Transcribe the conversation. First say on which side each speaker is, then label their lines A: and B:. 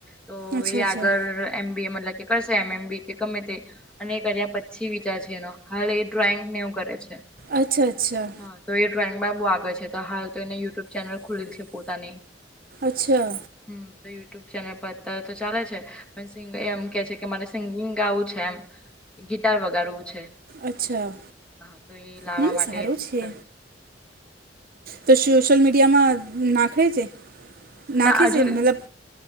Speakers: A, in the centre; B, on the right.
A: તો
B: અચ્છા
A: એયાગર
B: અચ્છા
A: એમ બી એ મતલબ કે કરશે એમ એમ બી કે ગમે તે અને એ કર્યા પછી વિચાર છે એનો હાલ એ ડ્રોઈંગને એવું કરે છે
B: અચ્છા અચ્છા
A: હા તો એ ડ્રોઈંગ માં બહુ આગળ છે તો હાલ તો એના યુટ્યુબ ચેનલ ખુલેલ છે પોતાની
B: અચ્છા
A: હ તો યુટ્યુબ ચેનલ પર અત્યારે તો ચાલે છે એમ કે છે કે મને સિંગિંગ આવું છે એમ ગિટાર વગડવું છે
B: અચ્છા
A: હા તો એ લાવવા
B: નાનું
A: માટે
B: સારું છે
A: કરે
B: તો સોશિયલ મીડિયામાં નાખે છે નાખે
A: ના આજુ
B: છે મતલબ